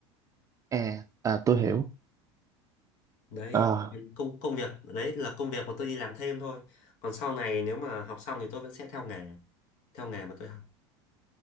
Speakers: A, on the right; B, on the left.
A: À, à tôi hiểu.
B: đấy
A: Ờ,
B: công công việc đấy là công việc mà tôi đi làm thêm thôi còn sau này nếu mà học xong thì tôi vẫn sẽ theo nghề theo nghề mà tôi học